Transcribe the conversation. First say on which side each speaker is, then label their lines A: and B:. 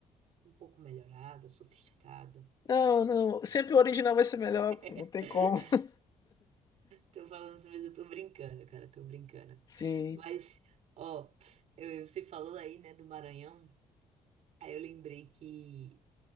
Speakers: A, on the right (about 70°); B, on the left (about 35°).
A: um pouco melhorada, sofisticada.
B: Não, não. Sempre o original vai ser melhor,
A: <laughs>
B: pô, não tem como. <laughs>
A: Tô falando isso, mas eu tô brincando, cara, tô brincando.
B: Sim,
A: Mas, ó, eu, você falou aí, né, do Maranhão. Aí eu lembrei que,